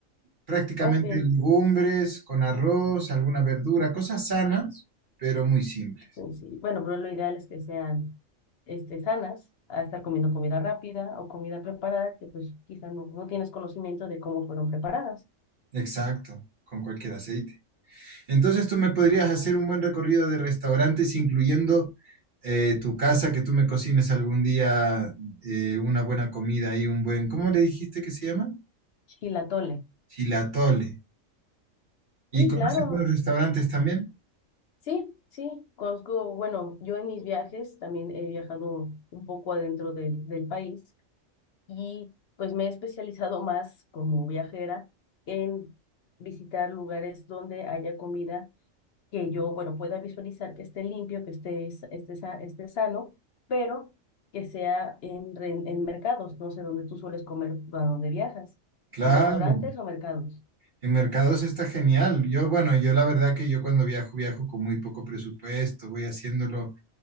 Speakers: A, on the right (about 40°); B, on the left (about 60°).
A: Prácticamente
B: Ok,
A: legumbres con arroz, alguna verdura, cosas sanas, pero muy simples.
B: pues sí. Bueno, pero lo ideal es que sean este, sanas, a estar comiendo comida rápida o comida preparada que pues quizá no, no tienes conocimiento de cómo fueron preparadas.
A: Exacto, con cualquier aceite. Entonces tú me podrías hacer un buen recorrido de restaurantes, incluyendo eh, tu casa, que tú me cocines algún día eh, una buena comida y un buen, ¿cómo le dijiste que se llama?
B: Chilatole.
A: Chilatole. ¿Y
B: Sí,
A: conoces
B: claro.
A: buenos restaurantes también?
B: Sí, sí. Conozco, bueno, yo en mis viajes también he viajado un poco adentro del, del país y pues me he especializado más como viajera en visitar lugares donde haya comida que yo, bueno, pueda visualizar que esté limpio, que esté, s- esté, sa- esté sano, pero que sea en, re- en mercados, no sé dónde tú sueles comer, a dónde viajas,
A: Claro,
B: en restaurantes o mercados.
A: en mercados está genial. Yo, bueno, yo la verdad que yo cuando viajo, viajo con muy poco presupuesto, voy haciéndolo